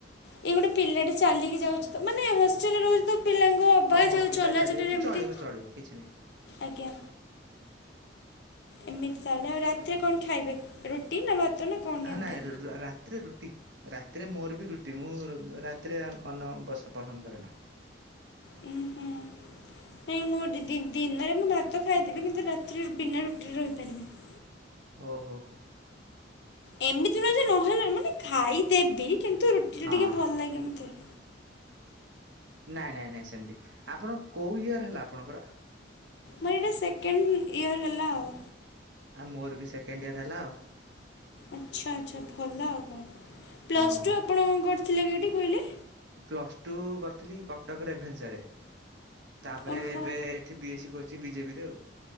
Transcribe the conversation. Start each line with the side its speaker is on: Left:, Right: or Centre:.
Left: ଏଇ ଗୋଟେ ପିଲାଟେ ଚାଲିକି ଯାଉଛି ତ, ମାନେ ହଷ୍ଟେଲ୍ ରେ ରହୁଛି ତ ପିଲାଙ୍କ ଆବାଜ
Right: ଓହୋ!
Left: ଆଉ
Right: ପିଲା
Left: ଚଲାଚଲିରେ
Right: ଚାଲି ଅଛି,
Left: ଏମିତି
Right: ଚଳିବ ଚଳିବ କିଛି ନାହିଁ।
Left: ଆଜ୍ଞା। ଏମିତି ତାହେଲେ, ଆଉ ରାତିରେ କଣ ଖାଇବେ? ରୁଟି ନା ଭାତ ନା କଣ
Right: ହା
Left: କେମିତି?
Right: ନାଇ ରୁ-ର-ରା ତିରେ ରୁଟି, ରାତିରେ ମୋର ବି ରୁଟି ମୁଁ ରୁ-ରାତିରେ ଅ, ଅନ୍ନ ପ-ପସନ୍ଦ କରେ ନା।
Left: ଉଁ ହୁଁ। ନାଇଁ ମୁଁ ଡି-ଦି- ଦିନରେ ମୁଁ ଭାତ ଖାଇଦେବି। କିନ୍ତୁ ରାତିରେ ବିନା ରୁଟିରେ ରହିପାରିବିନି।
Right: ଓହୋ! ହୋ।
Left: ଏମିତି ନୁହଁ ଯେ ନହେଲେ ମାନେ ଖାଇଦେବି କିନ୍ତୁ ରୁଟି
Right: ହଁ
Left: ଟା ଟିକେ ଭଲ ଲାଗେ ମୋତେ।
Right: ନାଇ, ନାଇ, ନାଇ ସେମତି, ଆପଣ କୋଉ ଇୟର୍ ହେଲା ଆପଣଙ୍କର?
Left: ମୋର ଏଇଟା ସେକେଣ୍ଡ ଇୟର୍ ହେଲା ଆଉ।
Right: ଆ, ମୋର ବି ସେକେଣ୍ଡ ଇୟର୍ ହେଲା ଆଉ।
Left: ଆଛା ଆଛା, ଭଲ ଆଉ କଣ ପ୍ଲସ୍
Right: ହଁ
Left: ଟୁ ଆପଣ କଣ ଥିଲେ କେଇଠି କହିଲେ?
Right: ପ୍ଲସ ଟୁ କରିଥିଲି କଟକ ରେଭେ। ତାପରେ
Left: ଓହୋ।
Right: ଏବେ ଏଠି ବି ଏସ୍ ସ କରି। ବିଜେପ ରେ ଆଉ